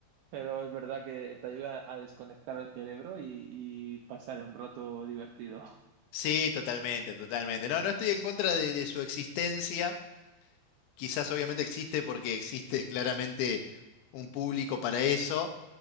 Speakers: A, on the right (about 80°); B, on the left (about 80°).
A: pero es verdad que te ayuda a desconectar el cerebro y, y pasar un rato divertido.
B: Sí, totalmente, totalmente. No, no estoy en contra de, de su existencia. Quizás obviamente existe porque existe claramente un público para eso.